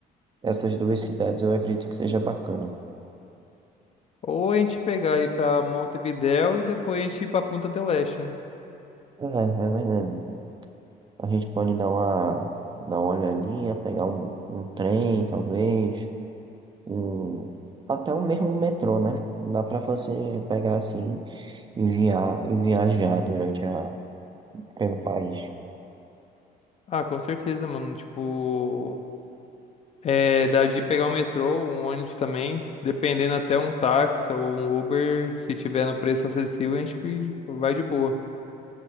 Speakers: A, on the right; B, on the left.
A: essas duas cidades, eu acredito que seja bacana.
B: Ou a gente pegar aí pra Montevidéu e depois a gente ir pra Punta del Este. né?
A: É, é verdade. A gente pode dar uma, dar uma olhadinha, pegar um, um trem, talvez, um, até o mesmo metrô, né? Dá pra você pegar assim. e via- e viajar durante a, pelo país.
B: Ah, com certeza, mano. Tipo, é, dá de pegar um metrô, um ônibus também, dependendo até um táxi ou um Uber, se tiver no preço acessível, a gente vai de boa.